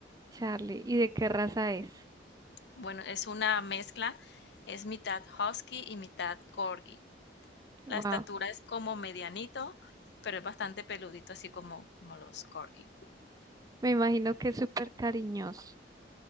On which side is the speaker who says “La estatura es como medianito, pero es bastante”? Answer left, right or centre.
Left